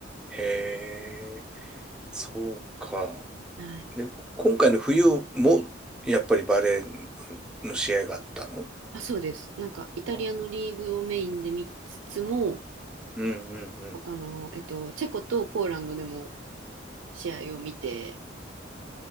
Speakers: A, in the centre; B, on the right.
A: へえ、そうか。
B: はい。
A: で、今回の冬も、やっぱりバレーの試合があったの
B: あ、そうです。なんかイタリアのリーグをメインで見つつも、
A: あうんうんうん。
B: 他の、えっと、チェコとポーランドでも試合を見て、